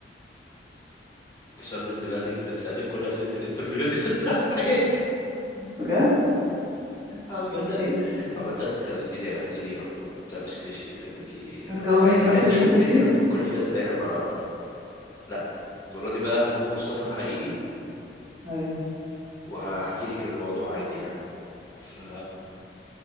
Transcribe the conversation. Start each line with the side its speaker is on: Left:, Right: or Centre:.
Left: ده سؤال من دماغك ده تسألني في كل أسئلة الانترفيو اللي دخلتها في حياتي
Right: بجد
Left: عامة
Right: كليشيه
Left: عامة خليني خليني أختار لا مش كليشيه خليني
Right: هتجاوبني
Left: عايز
Right: إجابة
Left: عايز
Right: الانترفيوز
Left: أشوف أنت هتفكري فيها إزاي لما لا المرة دي بقى هكون مصطفى الحقيقي
Right: ايوه
Left: وهحكي لك الموضوع عادي يعني ف